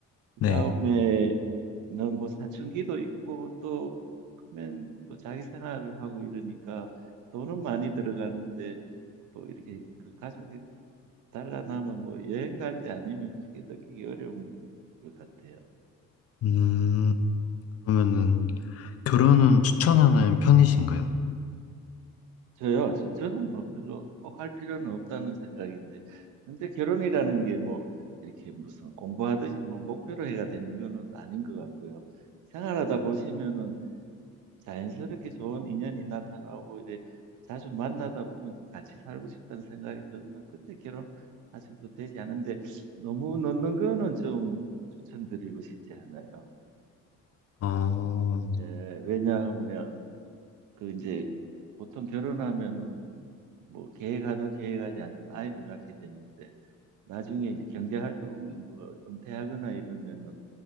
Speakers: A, on the right; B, on the left.
A: 그다음에는
B: 네.
A: 뭐 사춘기도 있고 또 크면 또 자기 생활을 하고 이러니까 돈은 많이 들어가는데 뭐 이렇게 그 가족이 달라나면 뭐 여행 갈 때 아니면 크게 느끼기 어려운 것 같아요.
B: 음, 그러면은 결혼은 추천하는 편이신가요?
A: 저요? 저- 저는 뭐 별로 꼭 할 필요는 없다는 생각인데, 근데 결혼이라는 게 뭐 이렇게 무슨 공부하듯이 뭐 목표로 해야 되는 거는 아닌 것 같고요. 생활하다 보시면은 자연스럽게 좋은 인연이 나타나고 이제 자주 만나다 보면 또 같이 살고 싶다는 생각이 들면 그때 결혼하셔도 되지 않은데 너무 넣는 거는 좀 추천드리고 싶지 않아요.
B: 어,
A: 예, 왜냐하면 그 이제 보통 결혼하면은 뭐 계획하든 계획하지 않든 아이를 낳게 되는데 나중에 이제 경제활동 인구가 은퇴하거나 이러면은